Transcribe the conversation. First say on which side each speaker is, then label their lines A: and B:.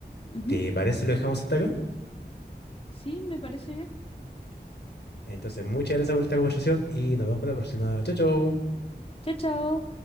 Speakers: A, on the left (about 35°); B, on the left (about 80°).
A: Ujú.
B: ¿Te parece si lo dejamos hasta acá?
A: Sí, me parece bien.
B: Entonces, muchas gracias por esta conversación y nos vemos para la próxima. Chao, chao.
A: Chao, chao.